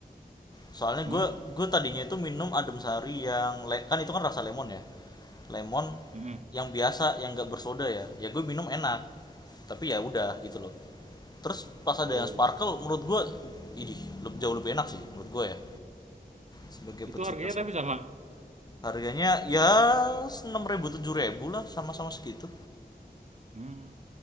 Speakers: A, on the left; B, on the right.
A: soalnya
B: Mmm,
A: gue gue tadinya itu minum adem sari yang le- kan itu kan rasa lemon ya lemon
B: mhm.
A: yang biasa yang nggak bersoda ya ya gue minum enak tapi ya udah gitu loh terus pas ada
B: Oh,
A: yang sparkle menurut gue ini jauh lebih enak sih menurut gue ya sebagai
B: itu
A: pecinta
B: harganya
A: soda
B: tapi sama?
A: harganya ya enam ribu tujuh ribu lah sama-sama segitu
B: Mmm,